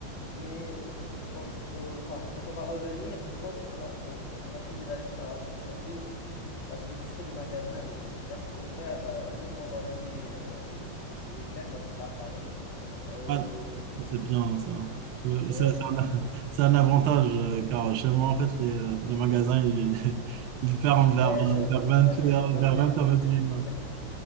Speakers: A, on the left; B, on the right.
A: mais au- pen- qu'au- enfin, quand on va revenir, je pense, on a, on, on a prévu d'aller faire un peu de shopping, parce que tu sais, les magasins, ils ils restent ouverts, euh, même pendant la nuit, euh, au au week-end, en tout cas à Paris. Euh,
B: va pas- c'est bien, ça. Euh,
A: ouais,
B: C'est c'est
A: je-
B: un, <laughs> c'est un avantage, euh, car chez moi, en fait, les, euh, les magasins, ils, <laughs> ils ferment vers,
A: ouais, je,
B: vers
A: je
B: 20h,
A: connais, je connais
B: vers 20h,
A: un petit peu le délire.